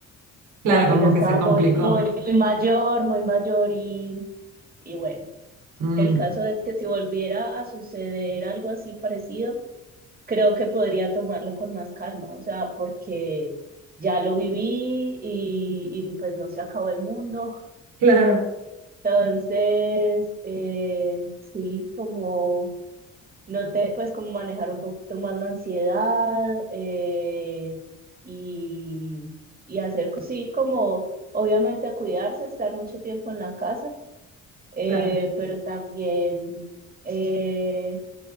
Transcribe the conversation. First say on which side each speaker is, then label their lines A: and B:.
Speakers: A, on the right; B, on the right.
A: Claro,
B: porque
A: como
B: ya estaba
A: que se complicó.
B: muy, muy, muy mayor, muy mayor y, y bueno,
A: mm,
B: el caso es que si volviera a suceder algo así parecido, creo que podría tomarlo con más calma, o sea, porque ya lo viví y, y, pues no se acabó el mundo.
A: Claro,
B: Entonces, eh, sí, como no te, pues como manejar un poquito más la ansiedad eh, y, y hacer, co- sí, como obviamente cuidarse, estar mucho tiempo en la casa, eh,
A: claro,
B: pero también... eh,